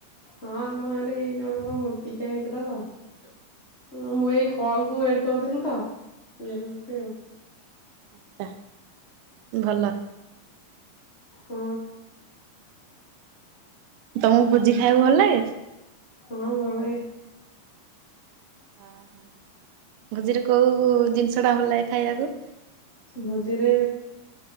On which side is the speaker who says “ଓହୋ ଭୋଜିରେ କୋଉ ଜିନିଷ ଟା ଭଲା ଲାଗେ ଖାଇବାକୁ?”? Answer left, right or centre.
Right